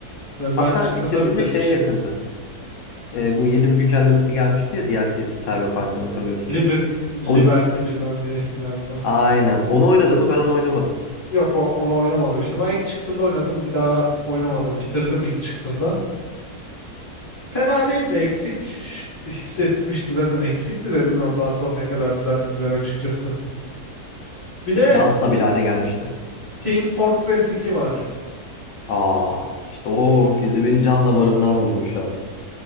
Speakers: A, on the left; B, on the left.
A: E,
B: Hatta
A: Ben çıktığında
B: bitirdiğinde
A: bitirmiştim.
B: şeye yakındı. E, bu yeni bir güncellemesi gelmişti ya DLC'si Cyberpunk'ın hatırlıyorsun.
A: Liber- Liberty
B: O
A: bilmem ne galiba.
B: Aynen. Onu oynadı mı? Ben onu oynamadım.
A: Yok o- onu oynamadım işte. Ben ilk çıktığında oynadım. Bir daha oynamadım. Bitirdim ilk çıktığında. Fena değil de eksik ş- hissetmişti zaten. Eksikti de bilmiyorum daha sonra ne kadar düzelttiler açıkçası. Bir de
B: Daha stabil
A: Ti-
B: hale gelmişti.
A: Team Fortress iki var.
B: Aa, işte o güzel. Beni can damarımdan vurdun şu an.